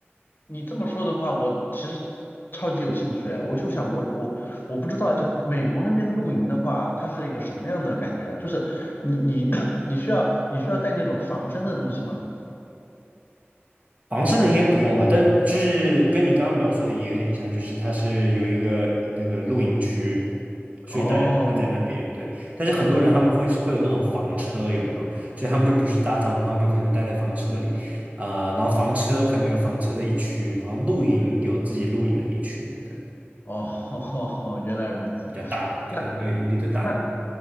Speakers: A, on the left; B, on the right.
A: 你这么说的话，我其实超级有兴趣哎我就想我我我不知道哎，就美国那边露营的话，它是一个什么样的感觉啊？就是你你 <clears throat> 你需要你需要带那种防身的东西吗？
B: 房身的应该不用吧？但就是跟你刚刚描述的也有点像，就是它是有一个那个露营区，所以大家都会在那边。
A: 哦
B: 对，但是很多人他们会会有那种房车，有没有？所以他们就不是搭帐篷，他们就可能就待在房车里啊、然后房车可能有房车的一区，然后露营有自己露营的一区，对，
A: 哦，<laughs> 原来如此。
B: 比较大，对，
A: 那
B: 那个营地就大一点。
A: 那